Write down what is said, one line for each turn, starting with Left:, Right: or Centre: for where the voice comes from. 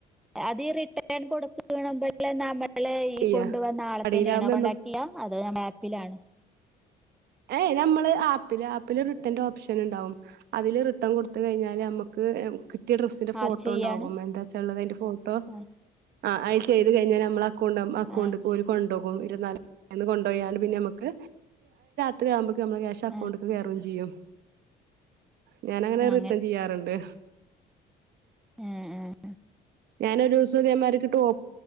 Centre: അതീ റിട്ടേൺ കൊടുക്കണ് <unintelligible> നമ്മ ല്ലാഈ
Right: ചെയ്യാ
Centre: കൊണ്ട് വന്ന ആളെ
Right: കടയിലാകുമ്പോ
Centre: തന്നെയാണ് കോണ്ടാക്ട് ഇല്ലാ അത് ആ ആപ്പിലാണ്
Right: ഏയ് നമ്മള് ആപ്പില് ആപ്പില് റിട്ടേന്റെ ഓപ്ഷൻ ഇണ്ടാവും അതില് റിട്ടേൺ കൊടുത്ത് കഴിഞ്ഞാല് നമ്മുക്ക് കിട് യ ഡ്രസ്സിന്റെ ഫോട്ടോ
Centre: ആദ്യം ചെയ്യാണ്
Right: ണ്ടാവും എന്താ വച്ചാള്ളത് അതിന്റെ ഫോട്ടോ
Centre: ആഹ്
Right: ആ അത് ചെയ്ത് കഴിഞ്ഞാൽ നമ്മള അക്കൗണ്ടാവും ആ അക്കൗണ്ട്പ്പോ
Centre: ആഹ്
Right: ഓര് കൊണ്ട്പോകും <unintelligible> കൊണ്ടു പോയാണ് പിന്നെ നമക്ക് ത്രിയാവുമ്പ നമ്മ ക്യാഷക്കൗണ്ട്ക്ക്
Centre: ആഹ്
Right: കയറുകയും ചെയ്യും ഞാന അങ്ങനെ
Centre: ആഹ്
Right: റിട്ടേൺ ചെയ്യാറുണ്ട്
Centre: ഉം ഉം
Right: ഞാനൊരു ദിവസം ഇതേമാതിരി കിട്ടുവോ.